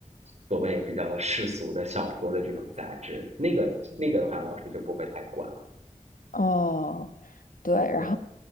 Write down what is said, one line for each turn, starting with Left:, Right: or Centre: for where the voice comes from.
Right: 所谓比较世俗的小说的这种杂志，那个那个的话，老师就不会太管了。
Left: 哦，对，然后
Right: 对，